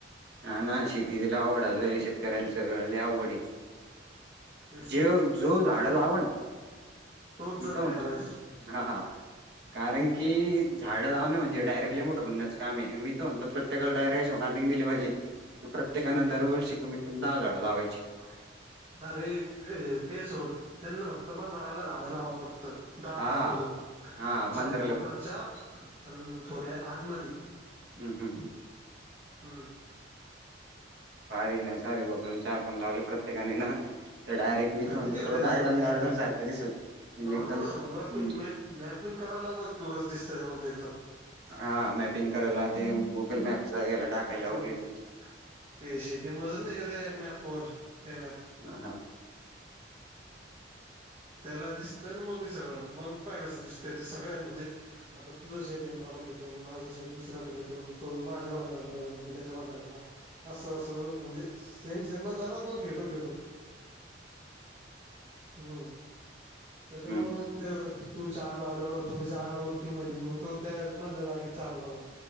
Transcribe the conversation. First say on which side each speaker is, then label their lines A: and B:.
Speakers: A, on the right; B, on the right.
A: हा ना शेतीला आवघड आलं शेतकऱ्यांच अवघड
B: तेच
A: जे
B: ना मग.
A: जो झाड लावा ना
B: तोच
A: मी
B: जगन
A: तर म्हणतो
B: यावेेळेस
A: हा हा कारण की झाडं जाऊणे म्हणजे डायरेक्टली मोठं म्हण काम मी प्रत्येकाला डायरेक्टची वॉर्नि दिली पाहिजे तो प्रत्येकाना दरवर्षी कमीत कमी दादड लावायची
B: वायच नर ते सोड त्यांना मक्त बध रायला झाडा लावावं फक्त दहा
A: हा
B: दहा मोजून
A: हा
B: चार
A: बंदराला
B: कोपरल
A: पण
B: चार अ थोडे आज मध
A: हम् हम्
B: हम्म
A: पारी ना चार वापर चार पण लावले प्रत्येकाने ना तर डायरेक्ट मीथ
B: तर
A: म्हणत
B: किती होत्या
A: पूर्ं गार्डन
B: झाड एड्या
A: गार्डन सारखं दिसत म्हणजे
B: हो
A: एकदम
B: ना मग वरतून
A: हम
B: मॅप मॅपिंग करायला बघ तु गस दिसतय मग तिथं
A: हा मॅपिंग करायला ते गुगल मॅपच याला टाकायला
B: हम्म
A: वगैरे
B: ते शेती मजत नाही का त्या मॅप व त्या मॅप
A: ह हा
B: त्याला दिसतंय मग ते सगळं मग पाय कसं दिसतय ते सगळं म्हणजे आता तुझं शेत आहे मला खेटून माझं शेत दुसऱ्याला खेटून त माझ्या बांधाराला लगन त्याच्या बंदरला असू असं म्हणजे सेम सेम बधर राहात ना खटून खेटून हम्म त्याच्यामुळे
A: हं.
B: मग ते तू चार लावल्यावर थोडी जागावररती मध्ये मग तो त्या मधल्या जागे चार लावून